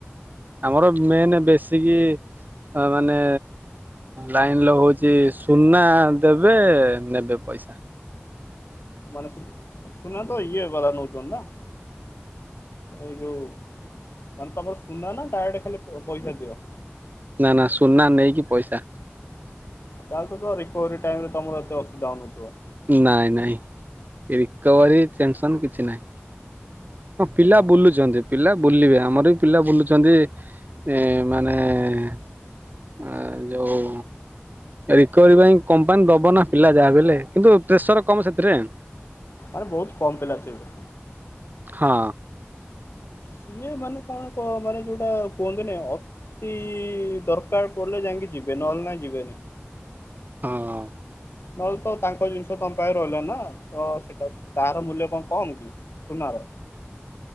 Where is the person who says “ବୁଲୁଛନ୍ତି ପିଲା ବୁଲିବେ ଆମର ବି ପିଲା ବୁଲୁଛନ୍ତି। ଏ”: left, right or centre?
Right